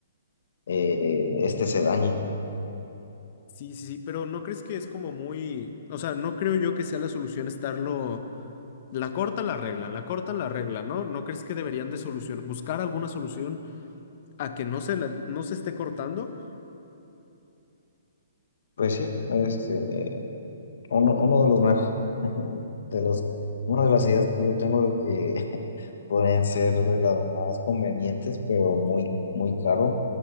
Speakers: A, on the left (about 65°); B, on the left (about 45°).
A: eh, este se dañe.
B: Sí, sí, sí, pero ¿no crees que es como muy, o sea, no creo yo que sea la solución estarlo, la cortan la regla, la cortan la regla, ¿no? ¿No crees que deberían de solución, buscar alguna solución a que no se la- no se esté cortando?
A: Pues sí, este, eh, uno, uno de los mejores, <laughs> de los, una de las ideas que yo tengo de que <laughs> pueden ser de las más convenientes, pero muy, muy caro,